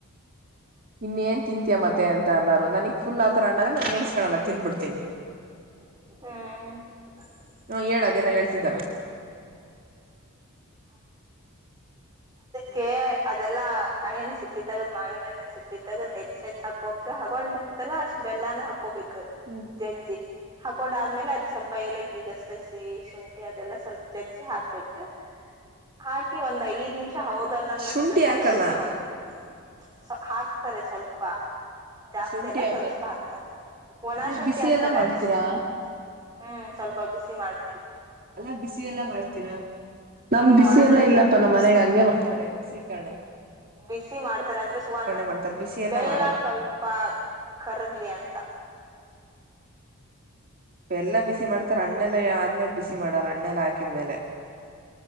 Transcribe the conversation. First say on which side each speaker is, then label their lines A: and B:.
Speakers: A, on the right; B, on the right.
A: ಇನ್ನ ಏನ್ ತಿಂತಯ ಮತ್ತೆ ಅಂತ ಅನ್ನಾರ ನನಗ್ ಫುಲ್ ಆ ತರ ಅಣ್ಣದೆ ನಾನ್ ನೇರ್ಸ್ಕೊಳ್ಳಲ್ಲ ತಿಂದ್ಬಿಡ್ತೀನಿ.
B: ಹ್ಮ
A: ಹ ಹೇಳ ಅದೇ ನಾ ಹೇಳ್ತಿದ್ದಲ್ಲ.
B: ಕೆ ಅದೆಲ್ಲಾ ನೇನ್ ಸಿಪ್ಪಿ ತಗದ ಮಾವಿನ ನ್ ಸಿಪ್ಪಿ ತಗದ ಹೆಚ್ಚ ಹೆಚ್ಚಚ್ ಹಾಕೋಕ್ ಹಾಕೊಂಡ್ ಅಷ್ಟ್ ಬೆಲ್ಲನ ಹಾಕೋಬೇಕು.
A: ಹ್ಮ್
B: ಜಜ್ಜೀ. ಹಾಕೊಂಡ ಆದ್ಮೇಲೆ ಅದ್ ಸ್ವಲ್ಪ ಲಕ್ಕಿ ಗಸಗಸಿ ಶುಂಠಿ ಅದೆಲ್ಲ ಸ್ವಲ್ಪ ಜಜ್ಜಿ ಹಾಕ್ಬೇಕು. ಹಾಕಿ ಒಂದ ಐದ್ ನಿಮಿಷ ಹೌದಲ್ಲನ್ನಷ್ಟ
A: ಶುಂಠಿ
B: ಅಷ್ಟೇ
A: ಹಾಕಲ್ಲ
B: ಬಿಸಿ ಮಾಡರು ಸೂ ಹಾಕ್ತಾರೆ ಸ್ವಲ್ಪ. ಜಾಸ್ತಿ
A: ಶುಂಠಿ
B: ಅಲ್ಲ
A: ಹಾಕಲ್ಲ
B: ಸ್ವಲ್ಪ ಆಗ್ತಾರೆ ಒಣ
A: ನೀವ್
B: ಶುಂಠಿ
A: ಬಿಸಿ
B: ಆಕ್ತಾರೆ
A: ಎಲ್ಲಾ ಮಾಡ್ತೀರಾ
B: ಅಶಿ ಶುಂಠಿ ಹ್ಮ್ ಸ್ವಲ್ಪ ಬಿಸಿ ಮಾಡ್.
A: ಅಲ್ಲ ಬಿಸಿ ಎಲ್ಲಾ ಮಾಡ್ತೀರಾ ನಮ್
B: ಹ್ಮ್
A: ಬಿಸಿ
B: ಮಾಡ್ತೀವಿ
A: ಎಲ್ಲಾ ಇಲ್ಲಪ್ಪ
B: ಸ್ವಲ್ಪ
A: ನಮ್ಮ್ ಮನೆಗ ಹಂಗೆ ಮಾಡ್ತ ತಾರೆ ಸೀಕಣೆ.
B: ಬಿಸಿ ಮಾಡ್ತಾರೆ ಅಂದ್ರೆ ಒನ್
A: ಮಾಡ್ತಾರೆ ಬಿಸಿ ಎಲ್ಲ
B: ಬೆಲ್ಲ
A: ಮಾಡಲ್ಲ
B: ಸ್ವಲ್ಪ. ಕರಗ್ಲಿ ಅಂತ.
A: ಎಲ್ಲ ಬಿಸಿ ಮಾಡ್ತಾರ ಅಣ್ಣೆಲ್ಲ ಆದ್ಮೇಲೆ ಬಿಸಿ ಮಾಡಲ್ಲ ಅಣ್ಣೆಲ್ಲ ಹಾಕಿದ್ಮೇಲೆ.